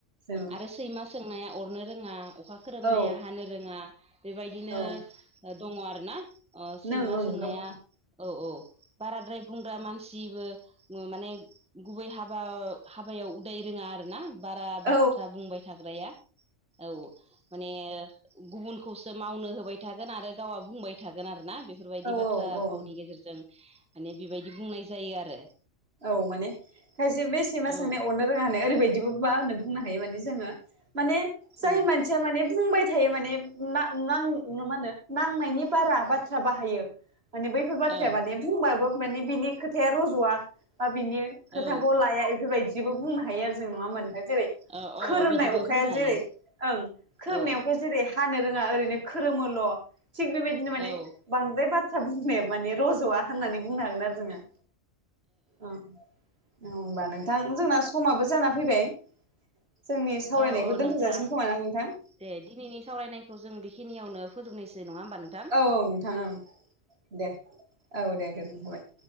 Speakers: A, on the right; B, in the centre.
A: जों
B: आरो सैमा सोंनाया अरनो रोङा अखा खोरोमनाया
A: औ
B: हानो रोङा बेबायदिनो
A: औ
B: दङ आरोना ओ सैमा
A: नों ओं
B: सोंनाया
A: गोब
B: औ औ बाराद्राय बुंग्रा मानसिबो माने गुबै हाबा हाबायाव उदाय रोङा आरोना बारा
A: औ
B: बाथ्रा बुंबाय थाग्राया औ माने गुबुनखौसो मावनो होबाय थागोन आरो गावा बुंबाय थागोन आरोना बेफ बेफोरबायदि
A: औ
B: बाथ्रा
A: औ
B: भावनि गेजेरजों माने बेबायदि बुंनाय जायो आरो
A: औ माने खायसे बे सैमा
B: औ
A: सोंनाया अरनो ओरैबायदिबो मा होनो बुंनो हायो मान जोङो माने जाय
B: औ
A: मान सिया माने बुंबाय थायो माने मा मा मा होनो नांनायनि बारा बाथ्रा बाहायो माने बैफोर बाथ्राया
B: औ
A: माने बुंबाबो माने बिनि खोथाया रज'वा बा बिनि खोथाखौ
B: औ
A: लाया इफोरबायदिबो बुंनो हायो आरो जों नङा होमबा नोंथां जेरै
B: औ औ
A: खोरोमनाय
B: बिदिबो
A: अखाया
B: बुंनो हायो
A: जेरै ओं खोरोमनाय
B: औ
A: अखाया जेरै हानो रोङा ओरैनो खोरोमोल' थिग बेबायदिनो माने
B: औ ओ
A: बांद्राय बाथ्रा बुंनो माने रज'वा होननानै बुंनो हागोन आरो जोङो औ औ होनबा नोंथां जोंना समाबो जाना फैबाय जोंनि सावरायनायखौ
B: औ औ नोंथां
A: दोनथ'जासिगोन खोमा ना नोंथां
B: दे दिनैनि सावरायनायखौ जों बेखिनियावनो फोजोबनोसै नङा होमबा नों
A: औ औ नोंथाङा ओं दे औ दे गोजोनथाबाय